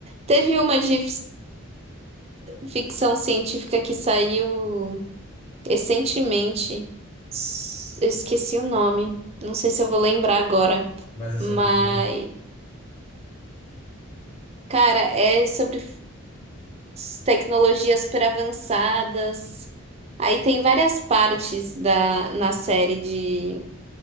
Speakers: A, on the right (about 30°); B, on the left (about 30°).
A: Teve uma de ficção científica que saiu recentemente. S- Eu esqueci o nome. Não sei se eu vou lembrar agora.
B: mas é sobre
A: Mas,
B: o quê?
A: cara, é sobre s- tecnologias super avançadas. Aí tem várias partes da, na série de.